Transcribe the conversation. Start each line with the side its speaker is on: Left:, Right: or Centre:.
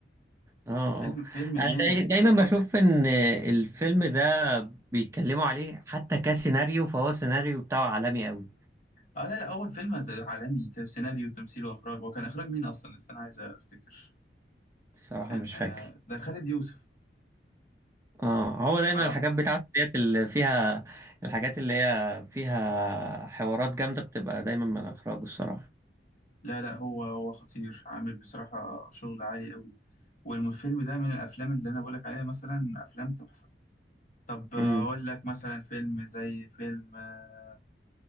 Right: اه
Left: فيلم
Right: اه
Left: فيلم جامد
Right: انا داي- دايما بشوف ان الفيلم ده بيتكلموا عليه حتى كسيناريو فهو سيناريو بتاعه عالمي قوي
Left: اه لا لا اول فيلم هت- عالمي ت- سيناريو وتمثيل واخراج هو كان اخراج مين اصلا بس انا عايز افتكر
Right: الصراحة
Left: كان
Right: مش فاكر
Left: آه، ده خالد يوسف
Right: اه هو دايما
Left: اه
Right: الحاجات
Left: آه.
Right: بتاعته ديت اللي فيها الحاجات اللي هي فيها حوارات جامدة بتبقى دايما من اخراجه الصراحة
Left: لا لا هو هو خطير عامل بصراحه شغل عالي قوي والفيلم ده من الافلام اللي انا بقولك عليها مثلا افلام تحفه طب آه،
Right: امم
Left: اقول لك مثلا فيلم زي فيلم آه،